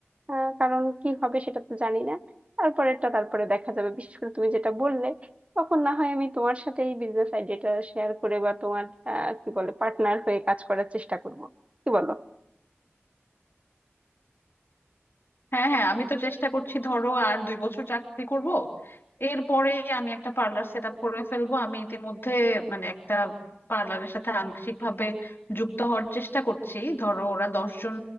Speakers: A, on the right (about 25°); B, on the left (about 50°).
A: আহ, কারণ কি হবে সেটা তো জানি না তারপরেরটা তারপরে দেখা যাবে বিশেষ করে তুমি যেটা বললে তখন না হয় আমি তোমার সাথে এই বিজনেস আইডিয়াটা শেয়ার করে বা তোমার আহ, কি বলে পার্টনার হয়ে কাজ করার চেষ্টা করব কি বলো
B: হ্যাঁ হ্যাঁ আমি তো চেষ্টা করছি ধরো আর দুই বছর চাকরি করব এরপরে আমি একটা পার্লার সেট আপ করে ফেলবো আমি ইতিমধ্যে মানে একটা পার্লারের সাথে আংশিক ভাবে যুক্ত হওয়ার চেষ্টা করছি ধরো ওরা দশজন